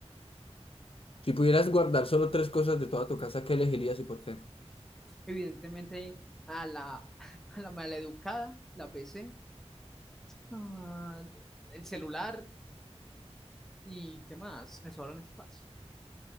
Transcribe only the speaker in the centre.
Evidentemente, a la, <laughs> a la maleducada, la PC, ah, el celular, ¿Y qué más? Me sobra un espacio.